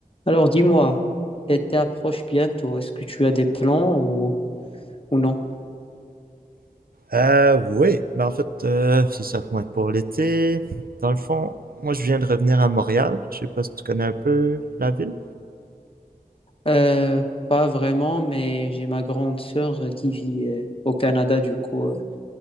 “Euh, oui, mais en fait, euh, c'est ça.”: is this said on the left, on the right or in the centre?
Right